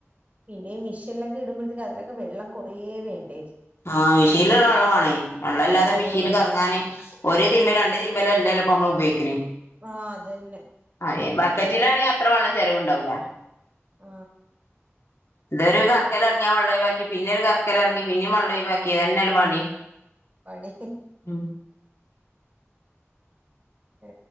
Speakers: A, on the right (about 35°); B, on the left (about 65°).
A: പിന്നെഈ മിഷനിലൊക്കെ ഇടുമ്പോഴേക്ക് അതിലക്കെ വെള്ളം കുറെ വേണ്ടേ
B: ആ മെഷീൻല്ടാ വെള്ളം വാണേ വള്ളംല്ലാതെ
A: വെള്ളം
B: മിഷീൻല് കറങ്ങാന് ഒര് തിര്മ്പല് രണ്ട് തിര്മ്പല്ലല്ലൊ പ്പമ്മള് ഉപയോഗിക്ക്ണ്
A: ആ അതെന്നെ
B: ഏ ബക്കറ്റിലാണേ അത്രവള്ളം ചെലവുണ്ടാവുല
A: ആ
B: ഇതൊരു കർക്കലറങ്ങിയാ വള്ളൊയ് വാക്കി പിന്നൊരു കർക്കലറ്ങ്ങി പിന്നെ വള്ളൊയ് വാക്കി ഇതന്നെല്ലേ പണി
A: പണി
B: ഉം
A: ഏ